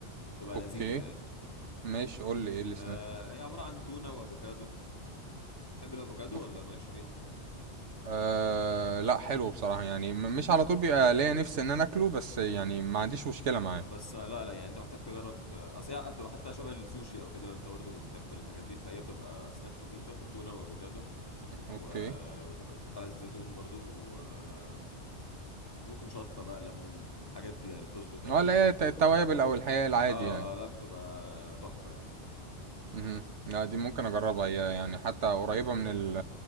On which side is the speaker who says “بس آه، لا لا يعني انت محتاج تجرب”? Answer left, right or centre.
Left